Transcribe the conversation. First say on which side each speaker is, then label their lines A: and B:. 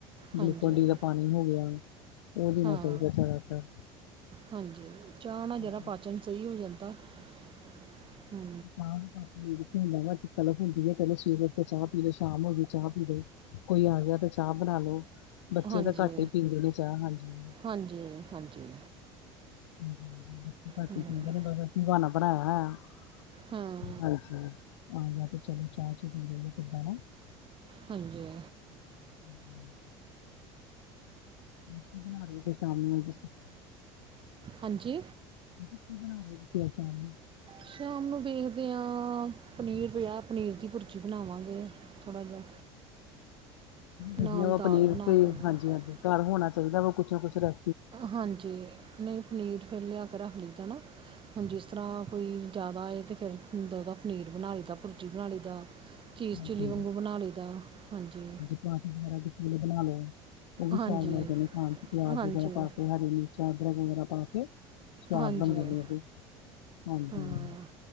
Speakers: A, on the right (about 35°); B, on the left (about 80°).
A: ਹਾਂਜੀ
B: ਗਲੂਕੋਨ ਡੀ ਦਾ ਪਾਣੀ ਹੋ ਗਿਆ। ਉਹ ਦੇਣਾ
A: ਹਾਂ
B: ਚਾਹੀਦਾ ਜ਼ਿਆਦਾਤਰ
A: ਹਾਂਜੀ ਚਾਹ ਨਾ ਜਰਾ
B: ਹਾਂਜੀ
A: ਪਾਚਨ ਸਹੀ ਹੋ ਜਾਂਦਾ। <inaudible>
B: ਚਾਹ ਦੀ ਤਾਂ <unintelligible> ਤਲਫ਼ ਹੁੰਦੀ ਹੈ ਕਹਿ ਲੇ ਸਵੇਰੇ ਉਠੋ ਚਾਹ ਪੀ ਲੋ ਸ਼ਾਮ ਹੋਵੇ ਚਾਹ ਪੀ ਲੋ। ਕੋਈ ਆ ਗਿਆ ਤਾਂ ਚਾਹ ਬਣਾ ਲੋੋ ਬੱਚੇ
A: ਹਾਂਜੀ
B: ਤਾਂ ਘੱਟ ਹੀ ਪੀਂਦੇ ਨੇ ਚਾਹ ਹਾਂਜੀ।
A: ਹਾਂਜੀ- ਹਾਂਜੀ
B: <unintelligible>
A: ਹਮ ਹਾਂ
B: <unintelligible>
A: ਹਾਂਜੀ
B: ਹਮ <unintelligible>
A: ਹਾਂਜੀ
B: ਮੈਂ ਕਯਾ ਕੀ ਬਣਾ ਰਹੇ ਤੁਸੀ ਆਜ ਸਾ਼ਮ ਨੂੰ <inaudible>
A: ਸ਼ਾਮ ਨੂੰ ਵੇਖਦੇ ਹਾਂ ਪਨੀਰ ਪਿਆ ਪਨੀਰ ਦੀ ਭੁਰਜੀ ਬਣਾਵਾਂਗੇ। ਥੋੜ੍ਹਾ ਜਿਹਾ ਨਾਲ
B: ਵਧੀਆ ਵਾ
A: ਦਾਲ
B: ਪਨੀਰ
A: ਬਣਾ
B: ਤੇ
A: ਲਾਂਗੇ
B: ਹਾਂਜੀ -ਹਾਂਜੀ ਘਰ ਹੋਣਾ ਚਾਹੀਦਾ ਵਾ ਕੁਛ ਨਾ ਕੁਛ ਰ
A: ਹਾਂਜੀ ਨਹੀਂ ਪਨੀਰ ਫੇਰ ਲਿਆ ਕੇ ਰੱਖ ਲਈ ਦਾ ਨਾ। ਹਾਂਜੀ ਜਿਸ ਤਰ੍ਹਾਂ ਕੋਈ ਜ਼ਿਆਦਾ ਆਏ ਤੇ ਫੇਰ ਪਨੀਰ ਬਣਾ ਲਈ ਦਾ ਭੁਰਜੀ ਬਣਾ ਲਈ ਦਾ। ਚੀਜ਼
B: ਹਾਂਜੀ
A: ਚਿਲੀ ਵਾਂਗੂ ਬਣਾ ਲਈ ਦਾ ਹਾਂਜੀ।
B: ਵਗੈਰਾ ਕਿਸੇ ਵੇਲੇ ਬਣਾ ਲਿਆ ਉਹ ਵੀ
A: ਹਾਂਜੀ
B: ਸਵਾਦ ਜਾਂਦੇ ਖਾਣ 'ਚ ਪਿਆਜ
A: ਹਾਂਜੀ
B: ਵਗੈਰਾ ਪਾ ਕੇ ਹਰੀ ਮਿਰਚ ਚਾਦਰਾਂ ਵਗੈਰਾ ਪਾ ਕੇ ਸਵਾਦ
A: ਹਾਂਜੀ
B: ਬਣਦੇ ਨੇ ਉਹ ਵੀ ਹਾਂਜੀ
A: ਹਾਂ